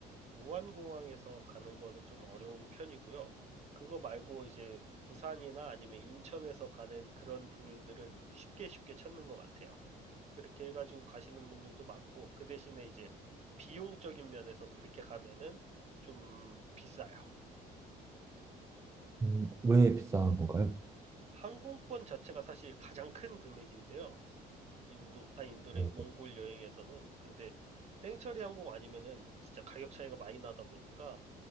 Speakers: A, on the right (about 40°); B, on the right (about 15°).
A: 무안공항에서 가는 거는 좀 어려운 편이고요. 그거 말고 이제 부산이나 아니면 인천에서 가는 그런 동행들을 쉽게 쉽게 찾는 것 같아요. 그렇게 해가지고 가시는 분들도 많고, 그 대신에 이제 비용적인 면에서 그렇게 가면은 좀 비싸요.
B: 음, 왜 비싼 건가요?
A: 항공권 자체가 사실 가장 큰 금액인데요. 인도, 아 인도래,
B: 네,
A: 몽골
B: 네.
A: 여행에서는. 근데 땡처리 항공 아니면은 진짜 가격 차이가 많이 나다 보니까